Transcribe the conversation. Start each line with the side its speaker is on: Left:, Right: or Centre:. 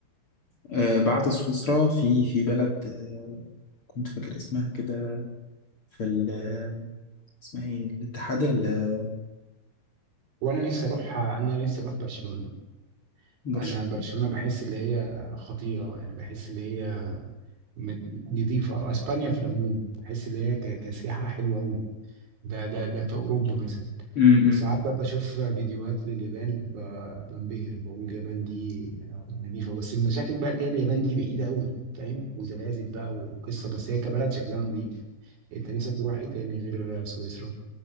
Left: آه. آه، بعت سويسرا في في بلد آه، كنت فاكر اسمها كده في ال- اسمها ايه الاتحاد ال-
Right: وانا نفسي اروح انا نفسي اروح برشلونه
Left: برشلونة
Right: انا برشلونه بحس اللي هي خطيره يعني بحس اللي هي م- نضيفه اسبانيا في العموم بحس اللي هي ك- كسياحه حلوه قوي ده ده ده في اوروبا مثلا
Left: امم
Right: ساعات ببقى بشوف فيديوهات لليابان ب- بنبهر بقول اليابان دي نظيفه بس المشاكل بقى اللي هي اليابان دي بعيده قوي فاهم وزلازل بقى وقصه بس هي كبلد شكلها نظيف انت نفسك تروح ايه تاني غير سويسرا